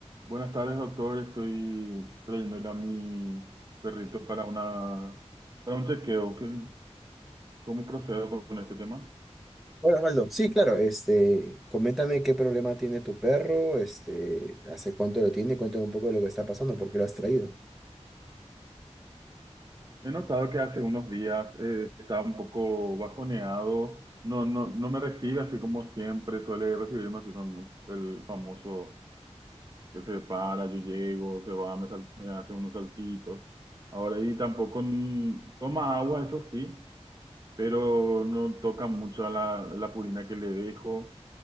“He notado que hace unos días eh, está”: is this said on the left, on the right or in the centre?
Right